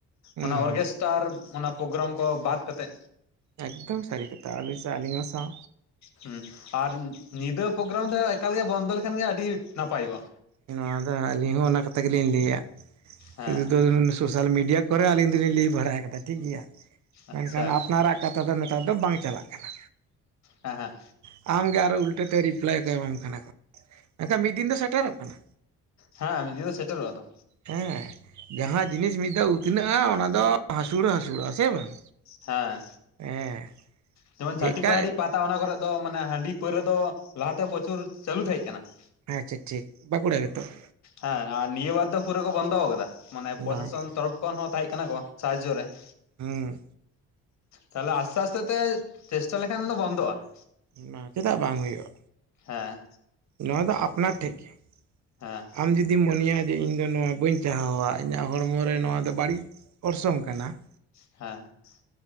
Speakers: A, on the right; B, on the left.
A: ᱦᱩᱸ
B: ᱚᱱᱟ
A: ᱦᱩᱸ
B: ᱚᱨᱜᱮᱥ ᱴᱟᱨ ᱚᱱᱟ ᱯᱳᱜᱨᱟᱢ ᱠᱚ ᱵᱟᱫ ᱠᱟᱛᱮᱫ
A: ᱮᱠᱫᱚᱢ ᱥᱟᱹᱨᱤ ᱠᱟᱛᱷᱟ ᱟᱹᱵᱤᱱ ᱥᱟᱶ ᱟᱹᱞᱤᱧ ᱦᱚᱸ ᱥᱟᱶ
B: ᱦᱩᱸ ᱟᱨ ᱧᱤᱫᱟᱹ ᱯᱳᱜᱨᱟᱢ ᱫᱚ ᱮᱠᱟᱞᱜᱮ ᱵᱚᱱᱫᱚ ᱞᱮᱠᱷᱟᱱ ᱜᱮ ᱟᱹᱰᱤ ᱱᱟᱯᱟᱭᱚᱜᱼᱟ
A: ᱱᱚᱣᱟ ᱫᱚ ᱟᱹᱞᱤᱧ ᱦᱚᱸ ᱚᱱᱟ ᱠᱟᱛᱷᱟ ᱜᱮᱞᱤᱧ ᱞᱟᱹᱭᱟ
B: ᱦᱮᱸ
A: ᱥᱩᱫᱩ ᱫᱚ ᱥᱳᱥᱟᱞ ᱢᱤᱰᱤᱭᱟ ᱠᱚᱨᱮ ᱟᱹᱞᱤᱧ ᱫᱩᱞᱤᱧ ᱞᱟᱹᱭ ᱵᱟᱲᱟ ᱠᱟᱫᱟ ᱴᱷᱤᱠ ᱜᱮᱭᱟ ᱢᱮᱱᱠᱷᱟᱱ
B: ᱟᱪᱪᱷᱟ
A: ᱟᱯᱱᱟᱨᱟᱜ ᱠᱟᱛᱷᱟ ᱫᱚ ᱱᱮᱛᱟᱨ ᱫᱚ ᱵᱟᱝ ᱪᱟᱞᱟᱜ ᱠᱟᱱᱟ
B: ᱦᱮᱸ ᱦᱮᱸ
A: ᱮᱸ ᱟᱢᱜᱮ ᱟᱨᱚ ᱩᱞᱴᱟᱹᱛᱮ ᱨᱤᱯᱞᱟᱭ ᱠᱚ ᱮᱢᱟᱢ ᱠᱟᱱᱟ ᱠᱚ ᱢᱮᱱᱠᱷᱟᱱ ᱢᱤᱫ ᱫᱤᱱ ᱫᱚ ᱥᱮᱴᱮᱨᱚᱜ ᱠᱟᱱᱟ
B: ᱦᱮᱸ ᱢᱤᱫ ᱫᱤᱱ ᱫᱚ ᱥᱮᱴᱮᱨᱚᱜ-ᱟ ᱛᱚ
A: ᱦᱮᱸ ᱡᱟᱦᱟᱸ ᱡᱤᱱᱤᱥ ᱢᱤᱫ ᱫᱷᱟᱣ ᱩᱛᱱᱟᱹᱜᱼᱟ ᱚᱱᱟ ᱫᱚ ᱦᱟᱹᱥᱩᱲ ᱦᱚᱸ ᱦᱟᱹᱥᱩᱲᱚᱜ-ᱟ ᱥᱮ ᱵᱟᱝ
B: ᱦᱮᱸ
A: ᱦᱮᱸ
B: ᱡᱮᱢᱚᱱ
A: ᱪᱮᱫᱠᱟ
B: ᱡᱷᱟᱴᱤ ᱯᱟᱦᱟᱲᱤ ᱯᱟ ᱛᱟᱣ ᱚᱱᱟ ᱠᱚᱨᱮᱫ ᱫᱚ ᱢᱟᱱᱮ ᱦᱟᱺᱰᱤ ᱯᱟᱹᱣᱨᱟᱹ ᱫᱚ ᱞᱟᱦᱟ ᱛᱮ ᱯᱚᱪᱩᱨ ᱪᱟᱹᱞᱩ ᱛᱟᱦᱮᱸᱜ ᱠᱟᱱᱟ ᱾
A: ᱟᱪᱪᱷᱟ ᱴᱷᱤᱠ, ᱵᱟᱸᱠᱩᱲᱟ ᱜᱮᱛᱚ ᱾
B: ᱦᱮᱸ ᱟᱨ ᱱᱤᱭᱟᱹ ᱵᱟᱨ ᱫᱚ ᱯᱩᱨᱟᱹ ᱠᱚ ᱵᱚᱱᱫᱚ ᱟᱠᱟᱫᱟ ᱾ ᱢᱟᱱᱮ
A: ᱵᱟᱝ
B: ᱯᱨᱚᱥᱟᱥᱚᱱ ᱛᱚᱨᱚᱯᱷ ᱠᱷᱚᱱ ᱦᱚᱸ ᱛᱟᱦᱮᱸᱜ ᱠᱟᱱᱟ ᱠᱚ ᱥᱟᱦᱟᱡᱽᱡᱚ ᱨᱮ ᱾
A: ᱦᱩᱸ ᱾
B: ᱛᱟᱦᱞᱮ ᱟᱥᱛᱮ ᱟᱥᱛᱮ ᱛᱮ ᱪᱮᱥᱴᱟ ᱞᱮᱠᱷᱟᱱ ᱫᱚ ᱵᱚᱱᱫᱚᱜᱼᱟ ᱾
A: ᱚᱱᱟ ᱪᱮᱫᱟᱜ ᱵᱟᱝ ᱦᱩᱭᱩᱜ-ᱟ?
B: ᱦᱮᱸ ᱾
A: ᱱᱚᱣᱟ ᱫᱚ ᱟᱯᱱᱟᱨ ᱴᱷᱮᱡ ᱜᱮ ᱾
B: ᱦᱮᱸ
A: <inaudible> ᱟᱢ ᱡᱩ ᱫᱤᱢ ᱢᱚᱱᱮᱭᱟ ᱡᱮ ᱤᱧ ᱫᱚ ᱱᱚᱣᱟ ᱵᱟᱹᱧ ᱪᱟᱦᱟᱣᱟ ᱾ ᱤᱧᱟᱹᱜ ᱦᱚᱲᱢᱚ ᱨᱮ ᱱᱚᱣᱟ ᱫᱚ ᱵᱟᱹᱲᱤᱡ ᱚᱨᱥᱚᱝ ᱠᱟᱱᱟ ᱾
B: ᱦᱮᱸ ᱾